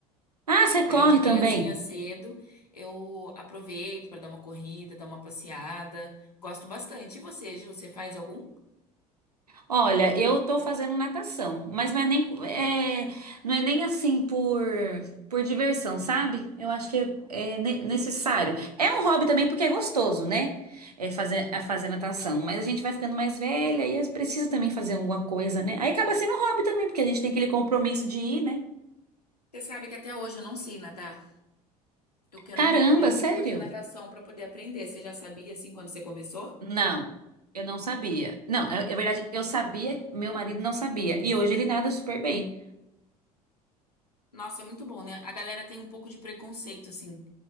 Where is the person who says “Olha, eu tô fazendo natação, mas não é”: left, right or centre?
Right